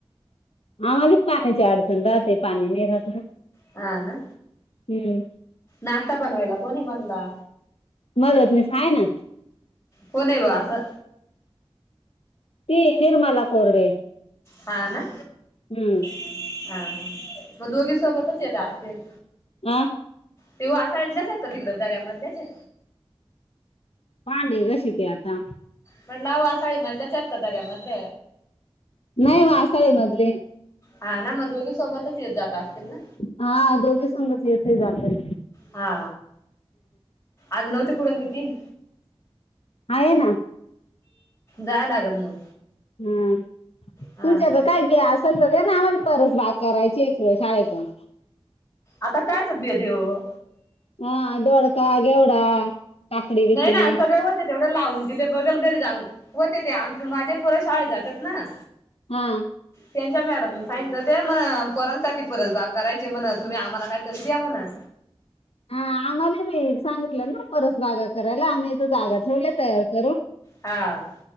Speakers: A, on the left; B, on the left.
A: आम्हाली पाण्याची अडचण राहते. पाणी नाही राहत ना.
B: हा, ना.
A: हम्म.
B: नाष्टा बनवायला कोणी मनला.
A: मदतनिस हा ना.
B: कोनय वा असं?
A: ती निर्मला कोरडे.
B: हा, ना.
A: हम्.
B: हा, हा. मग दोघी सोबतच येत असतील.
A: आ?
B: ती वासाळतल्याचयत का? तिकडं दऱ्यामधल्याचय.
A: भांडी घाशीते आता.
B: म्हणल वासाळी मधल्याचयत का, दऱ्यामधल?
A: नाही, वासाळी मधले.
B: हा, ना. मग दोघी सोबतच येत- जात असतील ना?
A: हा दोघी संगच येतय - जातय.
B: हा. आज नवती कुठ, मीटिंग?
A: आहे ना.
B: जाया लागल मग?
A: हम्.
B: हा
A: तुमच्याक
B: ना
A: काय असल तर दे ना, आम्हाला. परस बाग करायची एक शाळेेकड.
B: आता कायच बी देवू?
A: अ दोडका, घेवडा. काकडी बिकडी
B: नाही ना. सगळ ते, तेवढं लावून दिले. बगल घरी जाऊन. होते ते आमचे माझ्या पुर शाळेत जातात ना.
A: हा.
B: त्यांच्या मॅडमनी सांगितलं. ते म्हणं, पोरांसाठी परस बाग करायचे म्हणं. तुम्ही आम्हाला काय तरी द्या म्हणं.
A: हा. आम्हाला बी सांगितलं ना, परस बागा करायला. आम्ही इथ जागा ठेवल्या तयार करून.
B: हा.